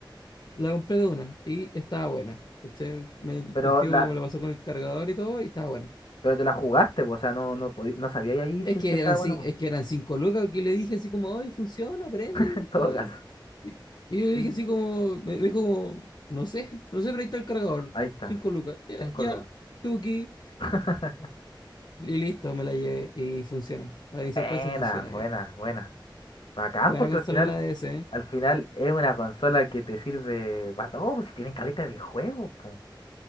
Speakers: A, on the left; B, on the left.
A: La compré de una y estaba buena. Este, me- el
B: Pero
A: tío
B: la,
A: me la pasó con el cargador y todo, y estaba buena.
B: pero te la jugaste, po, o sea, no, no podí- no sabía ahí
A: Es
B: si es
A: que
B: que estaba
A: eran,
B: bueno
A: cin-
B: <laughs> o
A: es
B: no,
A: que eran cinco lucas que le dije así como, hoy funciona, aprende.
B: en todo
A: co-
B: caso.
A: Y, y yo le
B: Sí,
A: dije
B: po.
A: así como, me me dijo como, no sé, no sé, pero ahí está el cargador.
B: Ahí está,
A: Cinco lucas. Ya,
B: 5
A: ya,
B: lucas.
A: tuki.
B: <laughs>
A: Y listo, me la llevé y funciona. A mi sorpresa
B: Buena,
A: funciona.
B: buena,
A: eh.
B: buena. Bacán,
A: Buena
B: porque
A: consola
B: al final,
A: la DS, ¿eh?
B: al final es una consola que te sirve para todo, pues si tienen caleta de juegos, pues.